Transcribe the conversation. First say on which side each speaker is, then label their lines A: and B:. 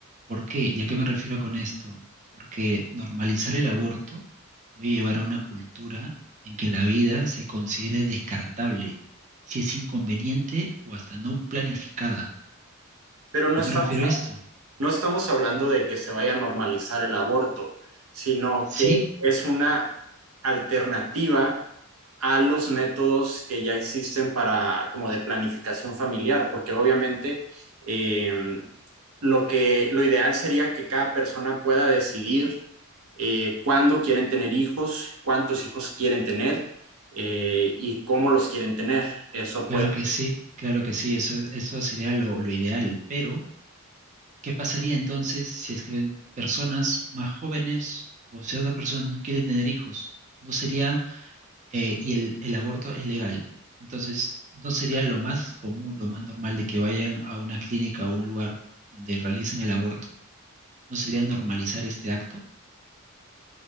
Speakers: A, on the right; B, on the right.
A: ¿Por qué? ¿Y a qué me refiero con esto? Porque normalizar el aborto puede llevar a una cultura en que la vida se considere descartable, si es inconveniente o hasta no planificada.
B: pero no
A: ¿A qué
B: estamos
A: me refiero a esto?
B: no estamos hablando de que se vaya a normalizar el aborto, sino
A: Eh, sí,
B: que es una alternativa a los métodos que ya existen para como de planificación familiar, porque obviamente eh, lo que lo ideal sería que cada persona pueda decidir eh, cuándo quieren tener hijos, cuántos hijos quieren tener eh, y cómo los quieren tener. Eso
A: claro
B: puede.
A: que sí, claro que sí, eso, eso sería lo, lo ideal, pero ¿Qué pasaría entonces si es que personas más jóvenes o ciertas personas no quieren tener hijos? No sería, eh, y el, el aborto es legal. Entonces, no sería lo más común, lo más normal de que vayan a una clínica o un lugar donde realicen el aborto. No sería normalizar este acto,